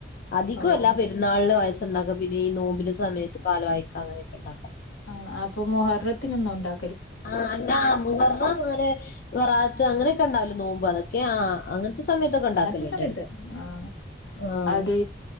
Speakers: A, on the left (about 50°); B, on the left (about 80°).
A: അധികല്ല
B: ഓഹ്
A: പെരുന്നാളിന് പായസെണ്ടാക്ക പിന്നെ ഈ നോമ്പിന്റെ സമയത്ത് പാല് വായിക്ക അങ്ങനെയൊക്കെ ഇണ്ടാ
B: ആഹ് അപ്പൊ മൊഹറത്തിനൊന്നും ഒണ്ടാ
A: ആഹ് <unintelligible> മുഹറം അങ്ങനെ വെറാത്ത് അങ്ങനെയൊക്കെ എണ്ടാവുല്ലെ നോമ്പ് അതൊ ക്കെ ആഹ് അങ്ങനത്തെ സമയത്തൊക്കെ എണ്ടാക്കലിണ്ട്
B: അങ്ങനത്തെ സമയത്ത്
A: എടക്ക്
B: ആഹ്
A: ആഹ്
B: അത്